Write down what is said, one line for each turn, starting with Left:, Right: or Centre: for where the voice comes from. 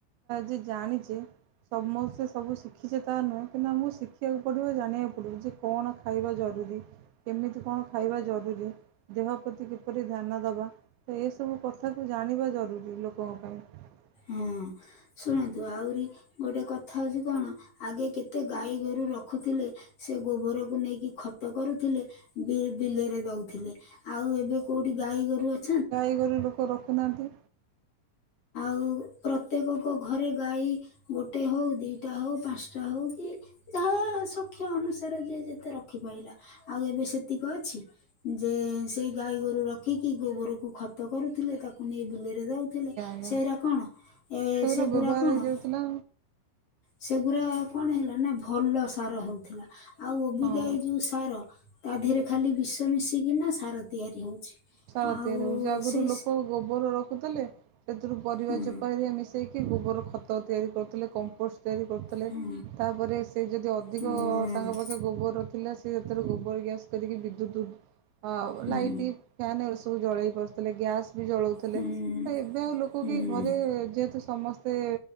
Right: ଯେ ଜାଣିଚେ ସମସ୍ତେ ସବୁ ଶିଖିଛେ ତା ନୁହେଁ କିନ୍ତୁ ଆମକୁ ଶିଖିବାକୁ ପଡ଼ିବ ଜାଣିବାକୁ ଯେ କଣ ଖାଇବା ଜରୁରୀ କେମିତି କଣ ଖାଇବା ଜରୁରୀ ଦେହ ପ୍ରତି କିପରି ଧ୍ୟାନ ଦେବା ଏ ସବୁ କଥା ତାକୁ ଜାଣିବା ଜରୁରୀ ଲୋକଙ୍କ ପାଇଁ
Left: ହଁ ଶୁଣନ୍ତୁ ଆହୁରି ଗୋଟେ କଥା ହଉଚି କଣ ଆଗେ କେତେ ଗାଈ ଗୋରୁ ରଖୁଥିଲେ ସେ ଗୋବରକୁ ନେଇକି ଖତ କରୁଥିଲେ ବି ବିଲରେ ଦଉଥିଲେ ଆଉ ଏବେ କୋଉଠି ଗାଈ ଗୋରୁ ଅ
Right: ଗାଈ ଗୋରୁ ଲୋକ ର ଖୁ ନାହାନ୍ତି
Left: ଉ ପ୍ରତ୍ୟେକଙ୍କ ଘରେ ଗାଈ ଗୋଟ ଗୋଟେ ହଉ ଦିଟା ହଉ ପାନ୍ସଟା ହଉ କି ଯାହା ସକ୍ଷ ଅନୁସାରେ ଯେ ଯେତେ ରଖିପାଇଲା ଆଉ ଏବେ ସେତିକ ଅଛି ଯେ ସେ ଗାଈ ଗୋରୁ ରଖିକି ଗୋବରକୁ ଖତ କରୁଥିଲେ ତାକୁ ନେଇ ବିଲେରେ ଦେଇ ଦଉଥିଲେ
Right: ଜ୍ଞା
Left: ସେଇରା
Right: ସବୁରେ
Left: କଣ ଏ ସେଗୁରା
Right: ବ୍ୟବହାର
Left: କଣ
Right: ହୋଇ ଯାଉଥିଲା
Left: ସେଗୁରା କଣ ହେଲା ନା ଭଲ ସାର ହଉଥିଲା ଆଉ ଓବିକା
Right: ହଁ
Left: ଏଇ ଯୋଉ ସାର ତା ଦିହରେ ଖାଲି ବିଷ ମିଶିକିନା ସାର ତିଆରି ହଉଛି।
Right: ସାର
Left: ଆଉ
Right: ତିଆରୀ ହଉଚି ଆଗରୁ
Left: ସେ
Right: ଲୋକ ଗୋବର ରଖୁଥିଲେ ସେଥିରୁ ପରିବା
Left: ହୁଁ
Right: ଚୋପାରେ ମିଶେଇକି ଗୋବର ଖତ ତିଆରି କରୁଥିଲେ କମ୍ପୋଷ୍ଟ ତିଆରି କରୁଥିଲେ
Left: ହୁଁ
Right: ତାପରେ ସେ ଯଦି ଅଧିକ
Left: ହୁଁ
Right: ତାଙ୍କ ପାଖେ ଗୋବର ଥିଲା ସେ ହେଥିରୁ ଗୋବର ଗ୍ୟାସ୍ କରିକି ବିଦ୍ୟୁତ ଅ
Left: ହୁଁ
Right: ଲାଇଟି ସବୁ ଜଳେଇ ପାରୁଥିଲେ ଗ୍ୟାସ୍ ବି ଜଳାଉଥିଲେ
Left: ହୁଁ
Right: ତ ଏବେ ଆଉ ଲୋକ
Left: ହୁଁ
Right: କେଇ ଘରେ ଯେହେତୁ ସମସ୍ତେ